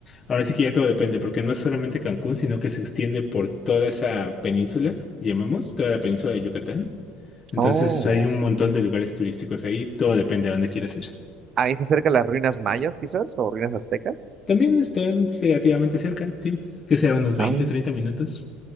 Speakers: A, on the left; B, on the right.
A: Ahora sí que ya todo depende, porque no es solamente Cancún, sino que se extiende por toda esa península, llamamos, toda la península de Yucatán. Entonces
B: Oh.
A: hay un montón de lugares turísticos ahí, todo depende a dónde quieras ir.
B: Ahí está cerca las ruinas mayas, quizás, o ruinas aztecas.
A: También está relativamente cerca, sí, que será unos veinte,
B: Ah,
A: 30 minutos.